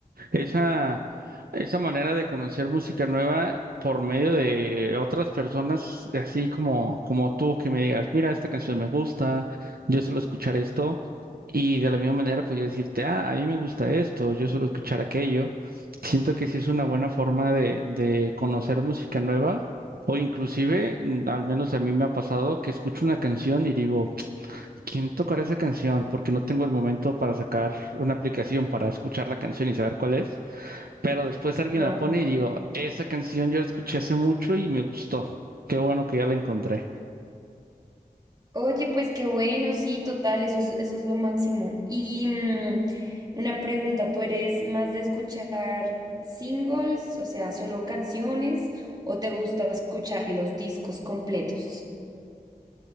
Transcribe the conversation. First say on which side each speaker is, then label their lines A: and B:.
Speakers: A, on the right; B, on the right.
A: Esa, esa manera de conocer música nueva por medio de otras personas, así como, como tú, que me digas, mira, esta canción me gusta, yo suelo escuchar esto, y de la misma manera, pues yo decirte, ah, a mí me gusta esto, yo suelo escuchar aquello. Siento que sí es una buena forma de, de conocer música nueva, o inclusive, mm, al menos a mí me ha pasado, que escucho una canción y digo, ¿quién tocará esa canción? Porque no tengo el momento para sacar una aplicación para escuchar la canción y saber cuál es pero después alguien
B: Ajá.
A: la pone y digo, esa canción yo la escuché hace mucho y me gustó. Qué bueno que ya la encontré.
B: Oye, pues qué bueno, sí, total, eso es, eso es lo máximo. Y mm, una pregunta, ¿tú eres más de escuchar singles, o sea, solo canciones, o te gusta escuchar los discos completos?